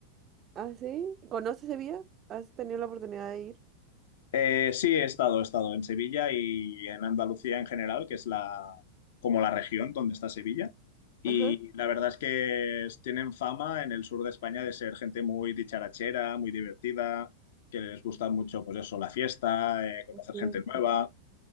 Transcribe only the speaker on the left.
Eh, sí, he estado, he estado en Sevilla y en Andalucía en general, que es la, como la región donde está Sevilla. Y
la verdad es que es- tienen fama en el sur de España de ser gente muy dicharachera, muy divertida, que les gusta mucho, pues eso, la fiesta, eh, conocer
gente nueva.